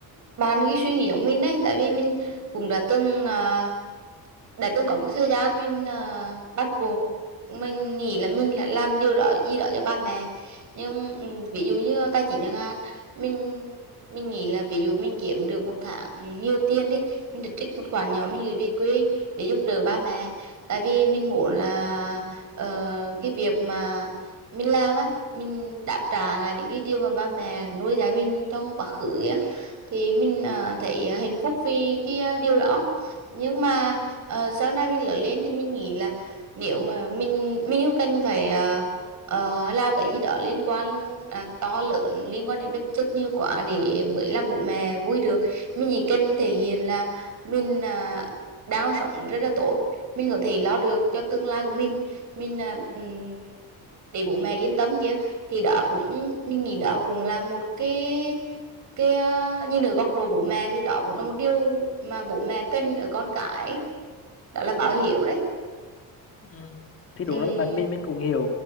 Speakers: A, on the right (about 50°); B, on the left (about 35°).
A: bạn cái suy nghĩ giống mình đấy tại vì mình cũng đã từng ờ, đã từng có một thời gian mình ờ, bắt buộc mình nghĩ là mình lại làm điều đó gì đó cho ba mẹ nhưng ừ, ví dụ như tài chính chẳng hạn mình mình nghĩ là ví dụ mình kiếm được một tháng nhiều tiền đi mình được trích một khoản nhỏ mình gửi về quê để giúp đỡ ba mẹ tại vì mình muốn là ờ, cái việc mà mình làm á mình đáp trả là những cái điều mà ba mẹ nuôi dạy mình trong quá khứ á thì mình ờ, thấy hạnh phúc vì cái ờ, điều đó nhưng mà ờ, sau này mình lớn lên thì mình nghĩ là nếu mà mình mình không cần phải ờ, ờ, làm cái gì đó liên quan à, to lớn liên quan đến vật chất như quá để mới làm bố mẹ vui được mình chỉ cần thể hiện là mình à, đang sống rất là tốt mình có thể lo được cho tương lai của mình mình à, ừm, để bố mẹ yên tâm chứ thì đó cũng mình nghĩ đó cũng là một cái cái ờ, nhìn ở góc độ bố mẹ thì đó cũng là một điều mà bố mẹ cần ở con cái đó là báo hiệu đấy
B: Ừ. Thì đúng
A: ừ,
B: rồi bạn mình mình cũng hiểu